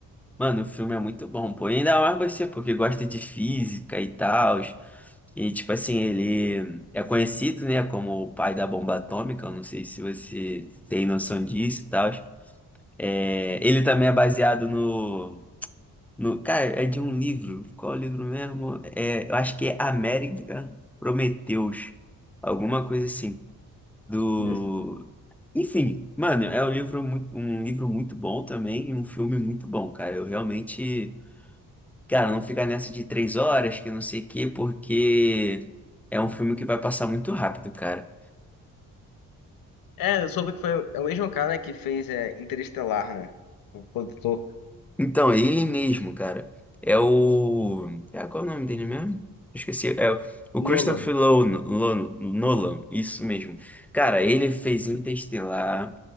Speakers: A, in the centre; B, on the left.
A: Mano, o filme é muito bom, pô. E ainda mais você, porque gosta de física e tal. E, tipo assim, ele é conhecido, né, como o pai da bomba atômica. Eu não sei se você tem noção disso e tal. É... Ele também é baseado no, no. Cara, é de um livro. Qual é o livro mesmo? É... Eu acho que é América Prometeus. Alguma coisa assim. Do.
B: Hum.
A: Enfim, mano, é um livro muito, um livro muito bom também e um filme muito bom, cara. Eu realmente. Cara, não fica nessa de três horas, que não sei o quê, porque é um filme que vai passar muito rápido, cara.
B: É, eu soube que foi é o mesmo cara que fez é, Interestelar, né? O produtor
A: Então, é ele mesmo, cara. É o. É, qual é o nome dele mesmo? Esqueci. É o o
B: Nolan.
A: Christopher Lo- Lo- Nolan, isso mesmo. Cara, ele fez Interestelar,